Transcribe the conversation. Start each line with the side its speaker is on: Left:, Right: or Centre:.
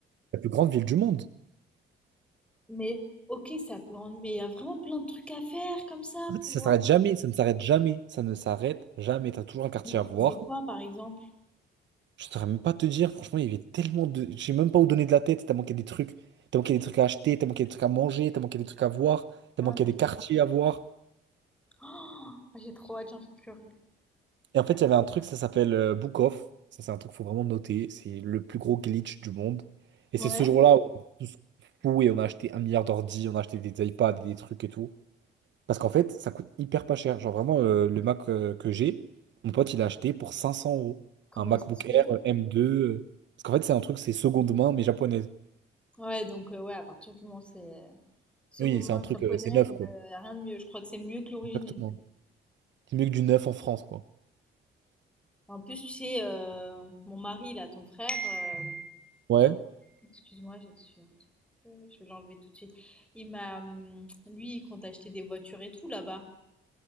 Right: La plus grande ville du monde.
Centre: Mais ok, ça peut en- mais il y a vraiment plein de trucs à faire comme ça
Right: En fait,
Centre: pour.
Right: ça s'arrête jamais, ça ne s'arrête jamais, ça ne s'arrête jamais. T'as toujours un quartier
Centre: Mais tu
Right: à voir,
Centre: faisais quoi, par exemple?
Right: Je saurais même pas te dire, franchement, il y avait tellement de. Je sais même pas où donner de la tête, tellement qu'il y a des trucs. Tellement qu'il y a des trucs à acheter, tellement qu'il y a des trucs à manger, tellement qu'il y a des trucs à voir, tellement
Centre: Ah
Right: qu'il
Centre: oui.
Right: y a des quartiers à voir.
Centre: Oh, j'ai trop hâte, j'ai envie de pleurer.
Right: Et en fait, il y avait un truc, ça s'appelle euh, Book Off. Ça, c'est un truc qu'il faut vraiment noter. C'est le plus gros glitch du monde.
Centre: Ouais.
Right: Et c'est ce jour-là où on est tous fous et on a acheté un milliard d'ordi, on a acheté des iPads, des trucs et tout. Parce qu'en fait, ça coûte hyper pas cher. Genre vraiment, euh, le Mac euh, que j'ai, mon pote, il a acheté pour 500 euros.
Centre: Comment
Right: Un MacBook
Centre: ça se fait?
Right: Air euh, M2. euh, Parce qu'en fait, c'est un truc, c'est seconde main, mais japonaise.
Centre: Ouais, donc euh, ouais, à partir du moment où c'est euh, seconde
Right: Oui, c'est
Centre: main
Right: un truc,
Centre: japonaise,
Right: euh, c'est neuf, quoi.
Centre: euh, rien de mieux. Je crois que c'est mieux que l'original.
Right: Exactement. C'est mieux que du neuf en France, quoi.
Centre: En plus, tu sais, euh, mon mari, là, ton frère, euh,
Right: Ouais.
Centre: excuse-moi, j'ai reçu un truc, euh, je vais l'enlever tout de suite. Il m'a, hum, lui, il compte acheter des voitures et tout là-bas.